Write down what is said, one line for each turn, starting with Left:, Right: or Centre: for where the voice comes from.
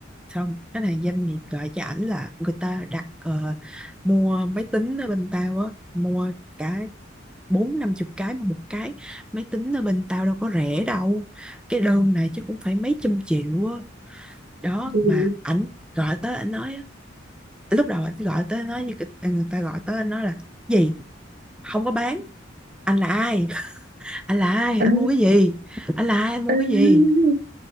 Centre: xong khách hàng doanh nghiệp gọi cho ảnh là người ta đặt ờ, mua máy tính ở bên tao á mua cả bốn năm chục cái mà một cái máy tính ở bên tao đâu có rẻ đâu cái đơn này chứ cũng phải mấy trăm triệu á đó
Right: Cái gì?
Centre: mà ảnh gọi tới ảnh nói lúc đầu anh gọi tới nó như kịch- người ta gọi tới anh nói là gì không có bán anh là ai anh là ai anh
Right: ê
Centre: mua cái gì anh là ai anh mua
Right: ê
Centre: cái gì